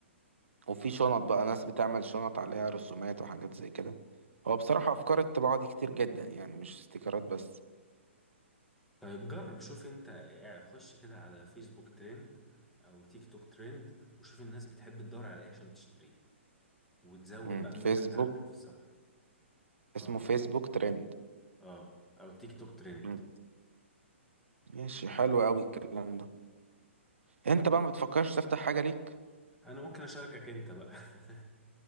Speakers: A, on the right (about 70°); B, in the centre.
A: وفي شنط بقى ناس بتعمل شنط عليها رسومات وحاجات زي كده هو بصراحة أفكار الطباعة دي كتير جدا يعني مش استيكرات بس
B: طيب جرب شوف انت يعني خش كده على فيسبوك ترند او تيك توك ترند وشوف الناس بتحب تدور على ايه عشان تشتريه وتزود
A: مم.
B: بقى المنتج
A: فيسبوك
B: ده عندك في الصفحة
A: اسمه
B: اه
A: فيسبوك ترند
B: اه او تيك توك ترند
A: مم. ماشي حلو أوي الكلام ده أنت بقى ما بتفكرش تفتح حاجة ليك؟
B: انا ممكن اشاركك انت بقى <laughs>